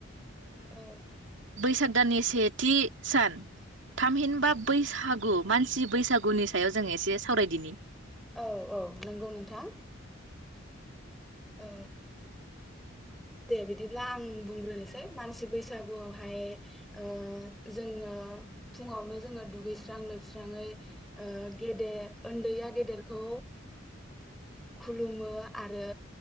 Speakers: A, in the centre; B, on the right.
A: औ
B: बैसाग दाननि सेथि सान थामहिनबा बै हागु मानसि बैसागुनि सायाव जों एसे सावरायदिनि।
A: औ औ नोंगौ नोंथां। ओ दे बिदिब्ला आं बुंग्रोनोसै मानसि बैसागुआवहाय ओ जोङो फुङावनो जोङो दुगैस्रां लोबस्राङै ओ गेदेर ओन्दैया गेदेरखौ खुलुमो आरो